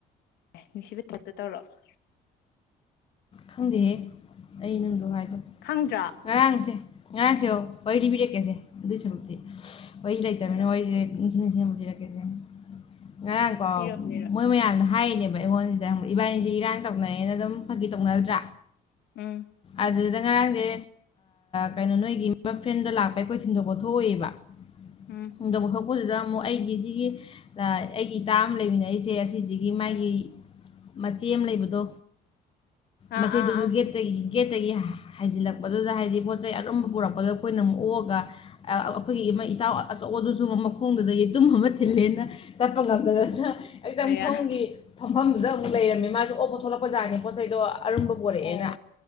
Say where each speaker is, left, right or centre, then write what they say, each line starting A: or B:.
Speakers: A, on the left; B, on the left.
A: ꯑꯦ ꯅꯨꯡꯁꯤꯕ ꯊꯛꯇ ꯇꯧꯔꯛꯑꯣ
B: ꯈꯪꯗꯦꯍꯦ ꯑꯩ ꯅꯪꯗꯨ ꯍꯥꯏꯗꯅ
A: ꯈꯪꯗ꯭ꯔꯥ
B: ꯉꯔꯥꯡꯁꯦ ꯉꯔꯥꯡꯁꯦ ꯑꯣ ꯋꯥꯔꯤ ꯂꯤꯕꯤꯔꯛꯀꯦꯁꯦ ꯑꯗꯨꯏ ꯁꯔꯨꯛꯇꯤ ꯋꯥꯔꯤ ꯂꯩꯇꯕꯅꯤꯅ
A: ꯍꯥꯏꯔꯛꯑꯣ
B: ꯋꯥꯔꯤꯂꯤꯔꯛ <unintelligible> ꯂꯤꯔꯛꯀꯦꯁꯦ ꯉꯔꯥꯡ ꯀꫭ
A: ꯂꯤꯔꯛꯑꯣ
B: ꯃꫭꯏ
A: ꯂꯤꯔꯛꯑꯣ
B: ꯃꯣꯏ ꯃꯌꯥꯝꯅ ꯍꯥꯏꯔꯤꯅꯦꯕ ꯑꯩꯉꯣꯟꯁꯤꯗ ꯏꯕꯥꯏꯅꯤꯁ ꯏꯔꯥꯡ ꯇꯧꯅꯩꯌꯦꯅ ꯑꯗꯨꯝ ꯐꯥꯒꯤ ꯇꯧꯅꯗ꯭ꯔꯥ
A: ꯎꯝ
B: ꯑꯗꯨꯗꯨꯗ ꯉꯔꯥꯡꯁꯦ ꯀꯩꯅꯣ ꯅꯣꯏꯒꯤ ꯐ꯭ꯔꯦꯟꯗ ꯂꯥꯛꯄ ꯑꯩꯈꯣꯏ ꯊꯤꯟꯗꯣꯛꯄ ꯊꯣꯛꯏꯦꯕꯗ
A: ꯎꯝ
B: ꯃꯣꯏꯗꯨꯗꯥ ꯑꯃꯨꯛ ꯑꯩꯒꯤꯁꯤꯒꯤ ꯑꯩꯒꯤ ꯏꯇꯥ ꯑꯃ ꯂꯩꯃꯤꯟꯅꯏꯁꯦ ꯑꯁꯤꯁꯤꯒꯤ ꯃꯥꯒꯤ
A: ꯎꯝ
B: ꯃꯆꯦ ꯑꯃ ꯂꯩꯕꯗꯣ
A: ꯑꯥ
B: ꯃꯆꯦꯗꯨꯁꯨ
A: ꯑꯥ ꯑꯥ
B: ꯒꯦꯠ ꯇꯒꯤ ꯒꯦꯠꯇꯒꯤ ꯍꯩꯖꯤꯜꯂꯛꯄꯗꯨꯗ ꯍꯥꯏꯗꯤ ꯄꯣꯠ ꯆꯩ ꯑꯔꯨꯝꯕ ꯄꯨꯔꯛꯄꯗꯣ ꯑꯩꯈꯣꯏꯅ ꯑꯃꯨꯛ ꯑꯣꯛꯑꯒ ꯑꯩꯈꯣꯏꯒꯤ ꯏꯃꯩ ꯏꯇꯥꯎ ꯑꯆꯧ ꯑ ꯑꯗꯨꯁꯨ ꯃꯈꯣꯡꯗꯨꯗ ꯌꯩꯇꯨꯝ ꯑꯃ ꯊꯤꯜꯂꯦꯅ ꯆꯞꯄ ꯉꯝꯗ ꯅꯠꯇꯔ ꯍꯛꯆꯥꯡꯐꯝꯒꯤ
A: ꯑꯌꯥ
B: ꯐꯝꯐꯝꯗꯨꯗ ꯑꯃꯨꯛ ꯂꯩꯔꯝꯃꯦ ꯃꯥꯁꯨ ꯑꯣꯞꯄ ꯊꯣꯛꯂꯛꯄꯖꯥꯠꯅꯦ ꯄꯣꯠ ꯆꯩꯗꯣ ꯑꯔꯨꯝꯕ ꯄꯣꯔꯛꯑꯦꯅ
A: ꯑꯣ